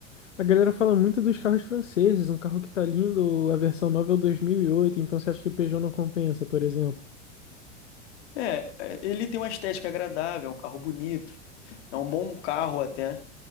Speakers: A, on the left (about 80°); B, on the left (about 65°).
A: A galera fala muito dos carros franceses, um carro que tá lindo, a versão nova é o dois mil e oito. então você acha que Peugeot não compensa, por exemplo?
B: É, é, ele tem uma estética agradável, é um carro bonito, é um bom carro até.